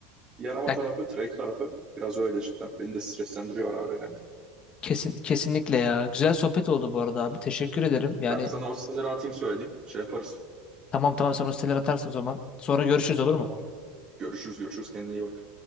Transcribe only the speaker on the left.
Ya,
kesin, kesinlikle ya. Güzel sohbet oldu bu arada abi. Teşekkür ederim. Yani
tamam tamam sen o siteleri atarsın o zaman. Sonra görüşürüz olur mu?